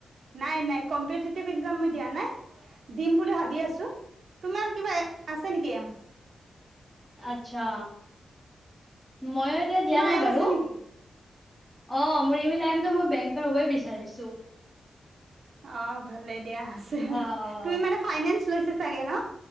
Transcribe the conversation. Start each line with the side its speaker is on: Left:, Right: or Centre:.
Right: নাই নাই কম্পিতিটিভ এক্সাম মই দিয়া নাই, দিম বুলি ভাবি আছোঁ, তোমাৰ কিবা আছে নেকি এইম?
Centre: আচ্ছা। ময়ো এতিয়া দিয়া
Right: তোমাৰ
Centre: নাই
Right: এম
Centre: বাৰু।
Right: আছে নেকি
Centre: অ মোৰ এইবিলাইমত মই বেং কা হব বিচাৰিছো।
Right: অ ভালেই। দিয়া আছে,
Centre: অ', অ',
Right: তুমি মানে ফাইনেঞ্চ লৈ চাগে ন।